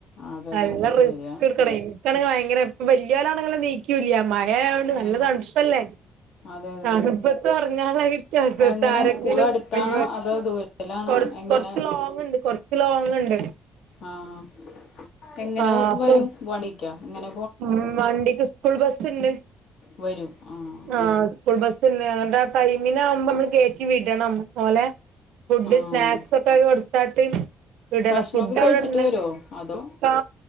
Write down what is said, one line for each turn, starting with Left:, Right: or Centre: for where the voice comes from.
Left: അതെ
Right: നല്ല
Left: അതെ അതെ
Right: റിസ്ക്
Left: ശരിയാ
Right: ഇട്ക്കണയ്‌ന് എനിക്കാണെങ്കിൽ ഭയങ്കര ഇപ്പ വലിയോലാണെങ്കെ നീക്കൂല്ല മഴയതോണ്ട്
Left: ആ
Right: നല്ല തണുപ്പല്ലേ
Left: അതെ അതെ
Right: <unintelligible>
Left: അതെ എങ്ങനെ
Right: ആരെങ്കിലും
Left: സ്കൂൾ അടുത്താണോ
Right: ഓയ്‌വ്
Left: അതോ ദൂരത്തിലാണോ
Right: കൊറച്ച്
Left: എങ്ങനെ
Right: കൊറച്ച് ലോങ് ഉണ്ട് കൊറച്ച് ലോങ് ഉണ്ട്
Left: ആഹ് എങ്ങന
Right: ആ
Left: വ്
Right: അപ്പൊ
Left: വരും <unintelligible> എങ്ങന
Right: ഉം വണ്ടിക്ക് സ്കൂൾ ബസ്സ് ഇണ്ട്
Left: വരും ആ
Right: ആഹ് സ്കൂൾ ബസ്ണ്ട് <unintelligible> ടൈമിനാകുമ്പം നമ്മള് കേറ്റി വിടണം ഓലെ ഫുഡ്
Left: ആ
Right: സ്നാക്സ് ഒക്കെ കൊടുത്താട്ട് വിടണം
Left: ഭക്ഷണമൊക്കെ
Right: ഫുഡ് അവ്ടണ്ട്
Left: കഴിച്ചിട്ട് വരുമോ അതോ
Right: പാ